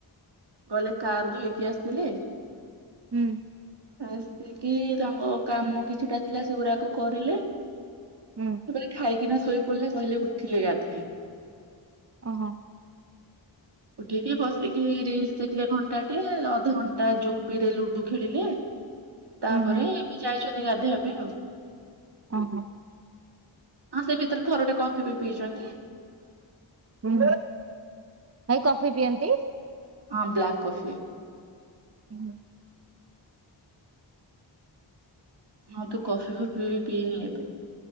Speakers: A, on the right; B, on the right.
A: ଗଲେ କାର ଧୋଇକି ଆସିଲେ
B: ହୁଁ।
A: ଆସିକି ତାଙ୍କ କାମ କିଛିଟା ଥିଲା, ସେଗୁରାକ କରିଲେ।
B: ହୁଁ।
A: ମୁଁ କହିଲି ଖାଇକିନା ଶୋଇ ପଡିଲେ, କହିଲେ ଉଠିଲେ ଗାଧେଇବି।
B: ଓଁହୋ!
A: ଉଠିକି ବସିକି ରିଲସ୍ ଦେଖିଲେ ଘଣ୍ଟାଟେ। ଅଧଘଣ୍ଟା ଜୋପିରେ ଲୁଡୁ ଖେଳିଲେ। ତା'ପରେ
B: ହୁଁ ହୁଁ
A: ଏବେ ଯାଇଚନ୍ତି ଗାଧୋଇବା ପାଇଁ ଆଉ।
B: ଓହୋ!
A: ହଁ, ସେ ଭିତରେ ଥରୁଟେ, କଫି ବି ପିଇଚନ୍ତି।
B: ହୁଁ, ଭାଇ କଫି ପିଅନ୍ତି?
A: ହଁ, ବ୍ଲାକ୍ କଫି।
B: ଉଁ ହୁଁ।
A: ହଁ, ତୁ କଫି ଫଫି ବି ପିଇନି ଏବେ।